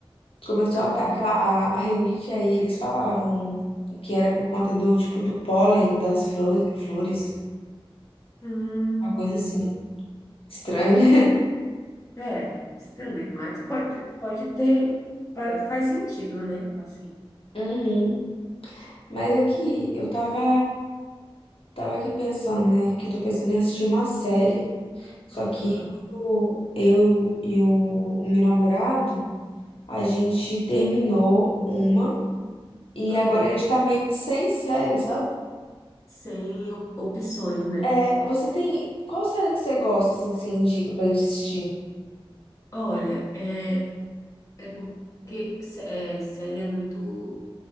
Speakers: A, on the left; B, on the left.
A: começou
B: Aham.
A: a atacar a, a rinite, aí eles falavam que era por conta do tipo do pólen das flores, flores,
B: Hum,
A: uma coisa
B: entendi.
A: assim. Estranho, né?
B: É, estranho, mas pode, pode ter, fa- faz sentido, né? Assim.
A: Uhum. Mas aqui eu tava, tava aqui pensando, né? Que eu tô pensando em assistir uma série. Só
B: Aham,
A: que eu, eu e o, o meu namorado, a gente terminou uma e
B: aham.
A: agora a gente tá meio que sem série, sabe?
B: Sem op- opções, né?
A: É, você tem. Qual série que você gosta, assim, que você indica pra gente assistir?
B: Olha, é, é porque sé- é, série é muito.